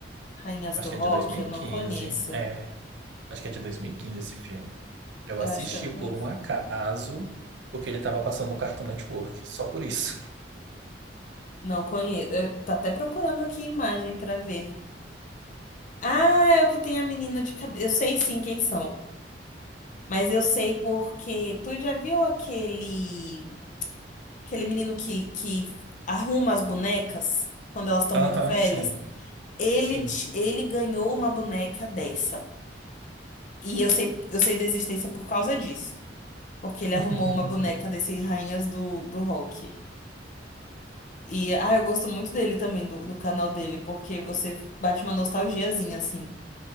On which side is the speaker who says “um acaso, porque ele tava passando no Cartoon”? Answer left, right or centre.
Right